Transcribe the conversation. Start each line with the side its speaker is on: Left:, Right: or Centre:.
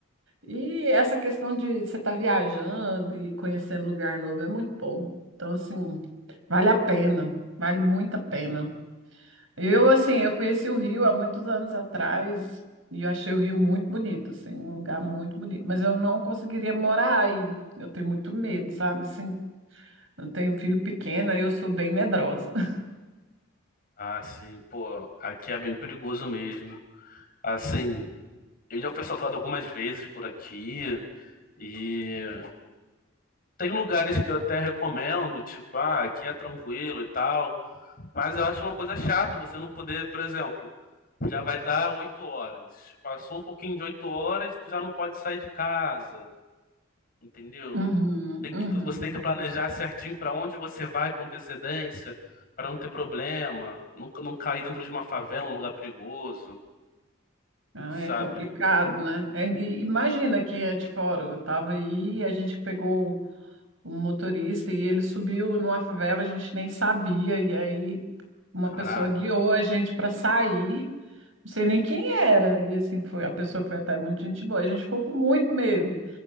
Right: E essa questão de você estar viajando e conhecendo lugar novo é muito bom. Então, assim, vale a pena, vale muito a pena. Eu, assim, eu conheci o Rio há muitos anos atrás e eu achei o Rio muito bonito, assim, um lugar muito bonito. Mas eu não conseguiria morar aí. Eu tenho muito medo, sabe? Assim, eu tenho um filho pequeno, aí eu sou bem medrosa. <laughs>
Left: Ah, sim, pô, aqui é bem perigoso mesmo. Assim, eu já fui assaltado algumas vezes por aqui e tem lugares que eu até recomendo, tipo, ah, aqui é tranquilo e tal, mas eu acho uma coisa chata você não poder, por exemplo. Já vai dar oito horas. Passou um pouquinho de oito horas, tu já não pode sair de casa, entendeu?
Right: Uhum,
Left: Tem
Right: uhum.
Left: que, você tem que planejar certinho para onde você vai com antecedência, para não ter problema, não, não cair dentro de uma favela, um lugar perigoso,
Right: Ah,
Left: sabe?
Right: é complicado, né? É, e imagina quem é de fora. Eu estava aí, e a gente pegou. um motorista e ele subiu numa favela, a gente nem sabia, e aí uma
Left: Caraca,
Right: pessoa guiou a gente para sair, não sei nem quem era, e assim foi, a pessoa foi até muito gente boa, a gente ficou com muito medo,